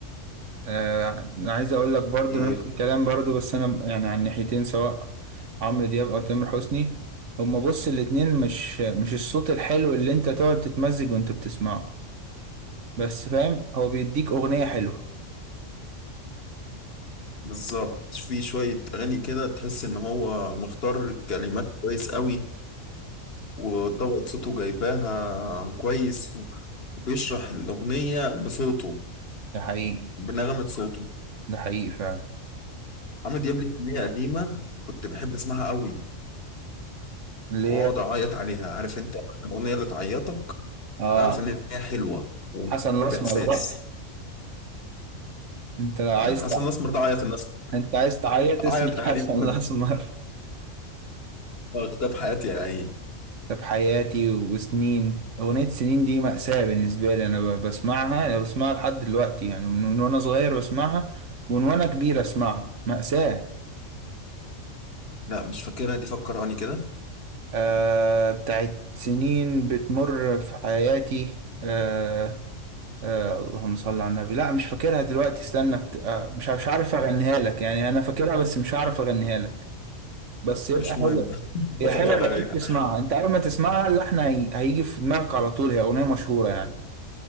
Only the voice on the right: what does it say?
آه، انا عايز اقول لك برضو
نفس الكلام برضو بس انا يعني عن ناحيتين سواء عمرو دياب او تامر حسني هما بص الاتنين مش مش الصوت الحلو اللي انت تقعد تتمزج وانت بتسمعه بس فاهم هو بيديك اغنيه حلوه
ده حقيقي
ده حقيقي فعلا
اللي
هي
اه
حسن الاسمر
بقى انت لو عايز
تع...
انت عايز تعيط اسم
<laughs>
حسن
الاسمر
طب حياتي وسنين اغنيه سنين دي مأساة بالنسبه لي انا ب- بسمعها انا بسمعها لحد دلوقتي يعني من من وانا صغير بسمعها ومن وانا كبير اسمعها مأساة
آه بتاعت سنين بتمر في حياتي آه آه اللهم صل على النبي لا مش فاكرها دلوقتي استنى بت... آه مش مش عارف اغنيها لك يعني انا فاكرها بس مش عارف اغنيها لك بس يبقى
حلو
هي
حلوه بقيت
تسمعها انت اول ما تسمعها اللحن هي... هيجي في دماغك على طول هي اغنيه مشهوره يعني